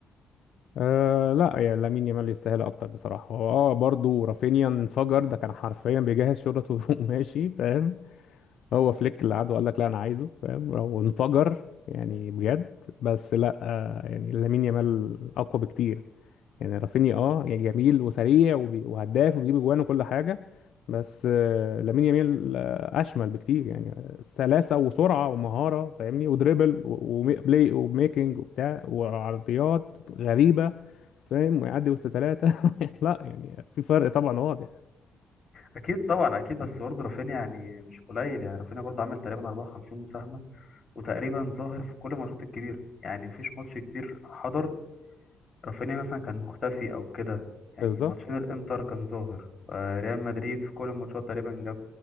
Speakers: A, on the left; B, on the left.
A: أه لا يعني لامين يامال يستاهل اكتر بصراحه هو اه برضه رافينيا انفجر ده كان حرفيا بيجهز شرطه <laughs> وماشي فاهم هو فليك اللي قعد وقال لك لا انا عايزه فاهم وانفجر يعني بجد بس لا آه، يعني لامين يامال اقوى بكتير يعني رافينيا اه يعني جميل وسريع وبي- وهداف وبيجيب اجوان وكل حاجه بس آه، لامين يامال آه، اشمل بكتير يعني آه، سلاسه وسرعه ومهاره فاهمني ودريبل و- وبلاي وميكنج وبتاع وعرضيات غريبه فاهم ويعدي وسط ثلاثه <laughs> لا يعني في فرق طبعا واضح
B: اكيد طبعا اكيد بس برضه رافينيا يعني مش قليل يعني رافينيا برضه عمل تقريبا 54 مساهمه وتقريبا ظاهر في كل الماتشات الكبيره يعني مفيش ماتش كبير حضر رافينيا مثلا كان مختفي او كده يعني
A: بالظبط
B: ماتشين الانتر كان ظاهر آه، ريال مدريد في كل الماتشات تقريبا جاب